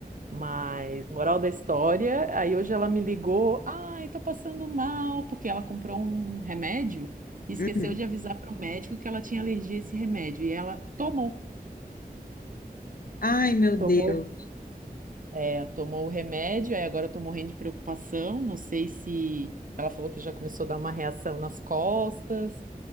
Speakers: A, on the right; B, on the left.
A: Mas, moral da história, aí hoje ela me ligou: ai, tô passando mal, porque ela comprou um remédio e esqueceu
B: Uhum.
A: de avisar pro médico que ela tinha alergia a esse remédio. E ela tomou.
B: Ai, meu
A: Tomou
B: Deus.
A: É, tomou o remédio, aí agora eu tô morrendo de preocupação. Não sei se ela falou que já começou a dar uma reação nas costas.